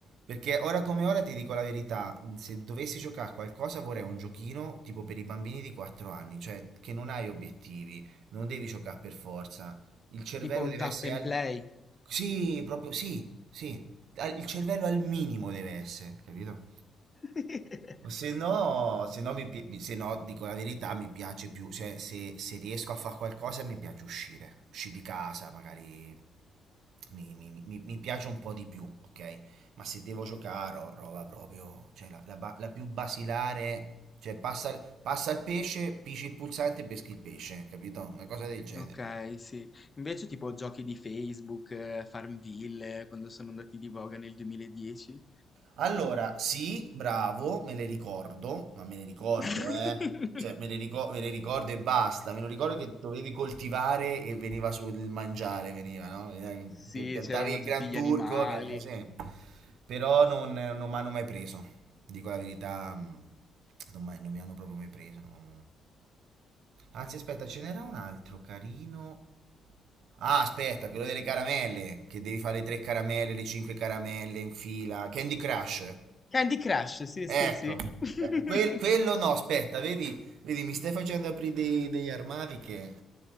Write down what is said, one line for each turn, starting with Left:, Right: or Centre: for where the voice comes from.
Right: Perché ora come ora ti dico la verità, se dovessi giocare a qualcosa vorrei un giochino tipo per i bambini di 4 anni, cioè che non hai obiettivi, non devi giocare per forza. Il cervello
Left: Tipo
Right: deve
Left: un tap
Right: essere
Left: and
Right: al...
Left: play.
Right: Sì, proprio, sì, sì, Al- il cervello al minimo deve essere, capito?
Left: <laughs>
Right: Se no, se no, mi pi- mi- se no, dico la verità, mi piace più, cioè se, se riesco a fare qualcosa mi piace uscire, uscire di casa, magari mi, mi- mi- mi piace un po' di più, ok? Ma se devo giocare, ro- roba proprio, cioè la, la ba- la più basilare, cioè passa, passa il pesce, pisci il pulsante e peschi il pesce, capito? Una cosa del genere.
Left: Ok, sì. Invece tipo giochi di Facebook, eh, Farmville, eh, quando sono andati di voga nel 2010.
Right: Allora, sì, bravo, me le ricordo, ma me le ricordo,
Left: <laughs>
Right: eh. Cioè, me le, ricor- me le ricordo e basta. Me lo ricordo che dovevi coltivare e veniva sul mangiare, veniva, no? Eh,
Left: Sì,
Right: pi- Piantavi
Left: c'erano
Right: il
Left: tutti
Right: Gran
Left: gli
Right: Turco,
Left: animali.
Right: eh, sì. Però non, non mi hanno mai preso. Dico la verità, mh, non, mai- non mi hanno proprio mai preso. non- Anzi, aspetta, ce n'era un altro carino. Ah, aspetta, quello delle caramelle, che devi fare le tre caramelle, le cinque caramelle in fila. Candy Crush.
Left: Candy Crush, sì,
Right: Ecco,
Left: sì, sì. <laughs>
Right: ecco, quel- quello no, aspetta, vedi, vedi, mi stai facendo aprire dei- degli armadi che...